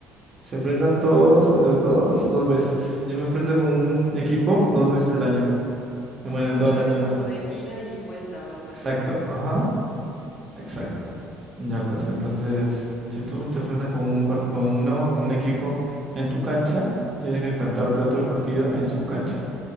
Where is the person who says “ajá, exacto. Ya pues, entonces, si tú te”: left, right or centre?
Right